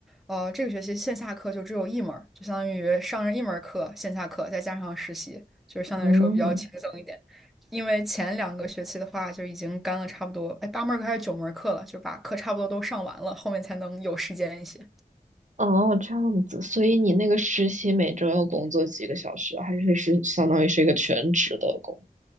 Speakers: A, in the centre; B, on the right.
A: 呃，这个学期线下课就只有一门儿就相当于上了一门儿课，线下课再加上实习，就是相对来说比较轻松一点。
B: 嗯，
A: 因为前两个学期的话，就已经干了差不多，哎，八门儿课还是九门儿课了，就把课差不多都上完了，后面才能有时间一些。
B: 哦，这样子，所以你那个实习每周要工作几个小时，还是是相当于是一个全职的工